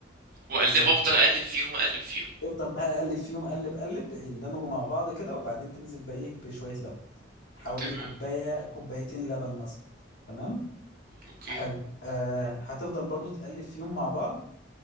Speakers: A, on the right; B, on the left.
A: واقلب
B: بالظبط
A: افضل
B: كده
A: اقلب فيهم اقلب فيهم
B: افضل بقى قلب فيهم قلب قلب يندمجوا مع بعض كده وبعدين تنزل بقى ايه بشوية لبن حوالي
A: تمام
B: كوباية كوبايتين لبن مثلا تمام
A: اوكي
B: حلو آه هتفضل برضو تقلب فيهم مع بعض